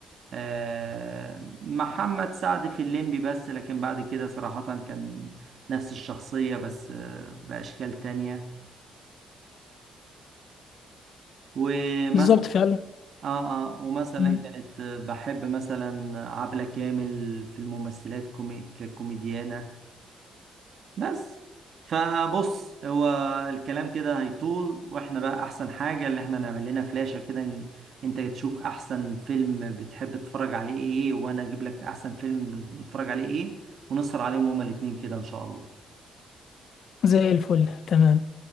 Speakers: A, on the right (about 60°); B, on the left (about 65°).
A: آه، محمد سعد في الليمبي بس لكن بعد كده صراحة كان نفس الشخصية بس آه، بأشكال تانية ومثلا
B: بالظبط فعلا
A: اه اه ومثلا
B: مم.
A: كانت بحب مثلا عبلة كامل في الممثلات كومي... ككوميديانة بس فبص هو الكلام كده هيطول واحنا بقى احسن حاجة اللي احنا نعمل لنا فلاشة كده إن انت تشوف احسن فيلم بتحب تتفرج عليه ايه وانا اجيب لك احسن فيلم بنتفرج عليه ايه ونسهر عليهم هما الاتنين كده ان شاء الله
B: زي الفل تمام